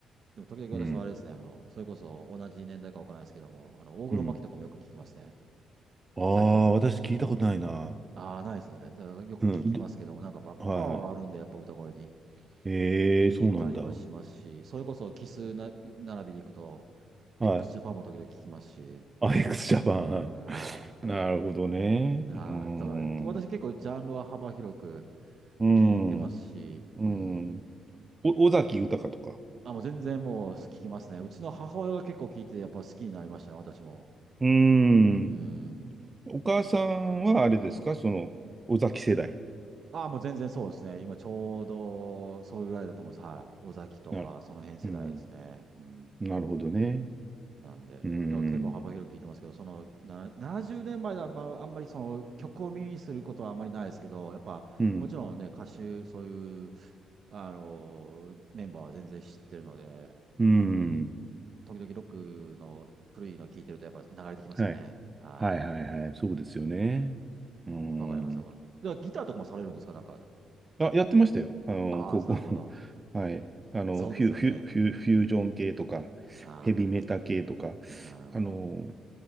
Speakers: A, on the right; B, on the right.
A: でも時々私はあれですね、
B: うん、
A: あの、それこそ同じ年代かわからないですけども、あの、大黒摩季とかもよく聞きますね。
B: うん。ああ、
A: 最近。
B: 私聞いたことないな。
A: ああ、ないですね。だからよく聞きますけども、
B: うん、ど、
A: なんかやっぱパワーがあるんで、
B: はいはい。
A: やっぱ歌声に。
B: ええ、
A: 聞いたりはしますし、
B: そうなんだ。
A: それこそキスな並びでいくと、
B: はい。
A: x ジャパンも時々聞きますし、
B: アイエックスジャパン。
A: あ
B: なるほどね。
A: あだから私結構ジャンルは幅広く
B: うーん。うん。
A: 聞いてますし、
B: うん。
A: うん。
B: お、尾崎豊とか。
A: あ、もう全然もう聞きますね。うちの母親が結構聞いてやっぱ好きになりましたね、私も。
B: うーん。
A: うん。
B: お母さんはあれですかその、尾崎世代。
A: あ、もう全然そうですね。今ちょうどそういうぐらいだと思います。はい。尾崎とか、
B: なる。
A: その辺世代ですね。
B: うん。
A: うん。
B: なるほどね。
A: なんで、
B: うーん。
A: だから結構幅広く聞いてますけど、そのな70年前では、まあ、あんまりその曲を耳にすることはあまりないですけど、やっぱもちろんね、
B: うん。
A: 歌手、そういう、あの、メンバーは全然知ってるので、
B: うーん。
A: うん、時々ロックの古いの聞いてるとやっぱ流れてきますよね。
B: はい。
A: は
B: はいはいはい、そうですよね。
A: い。うん
B: うん。
A: わかります、わかります。ではギターとかもされるんですかなんか。
B: あ、やってましたよ。あの、
A: ああ、
B: 高校。
A: なるほど。
B: <laughs> はい。あの、
A: そうですよね。
B: フュ、フュ、フュ、フュージョン系とか、
A: ああ、
B: ヘビメタ系とか、
A: なるほど。なるほど。
B: あの、